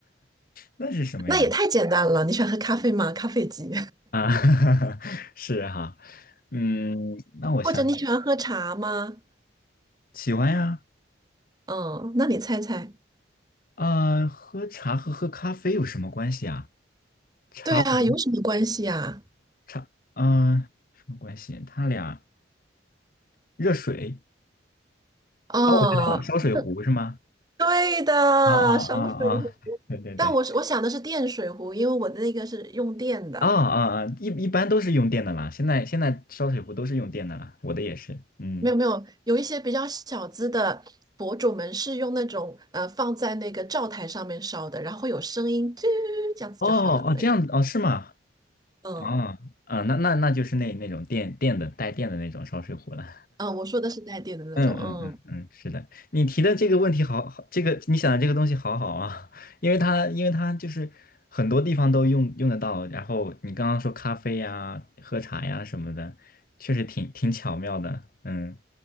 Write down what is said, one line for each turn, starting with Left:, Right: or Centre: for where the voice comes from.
Left: 那是什么呀？
Right: 那也太简单了，你喜欢喝咖啡吗？咖啡机，
Left: 啊，<laughs> 是哈，嗯，
Right: <laughs>
Left: 那我想想，
Right: 或者你喜欢喝茶吗？
Left: 喜欢呀，
Right: 嗯，那你猜猜。
Left: 呃，喝茶和喝咖啡有什么关系啊？茶壶，
Right: 对啊，有什么关系呀、
Left: 茶，嗯、什么关系？它俩。热水。
Right: 啊？
Left: 哦，我知道了，烧水壶是吗？
Right: 嗯对的，
Left: 啊啊啊啊！
Right: 烧水壶。
Left: 对对对，
Right: 但我是我想的是电水壶，因为我的那个是用电的。
Left: 啊啊啊！一一般都是用电的啦，现在现在烧水壶都是用电的啦，我的也是。嗯，
Right: 没有没有，有一些比较小资的博主们是用那种呃放在那个灶台上面烧的，然后会有声音，嘟这样子就好了的那种。
Left: 哦哦，这样子哦，是吗？
Right: 嗯
Left: 啊啊，那那那就是那那种电电的带电的那种烧水壶了。
Right: 嗯，我说的是带电的那种，
Left: 嗯嗯嗯嗯，
Right: 嗯，
Left: 是的，你提的这个问题好好，这个你想的这个东西好好啊，<laughs> 因为它因为它就是很多地方都用用得到，然后你刚刚说咖啡呀、喝茶呀什么的，确实挺挺巧妙的，嗯，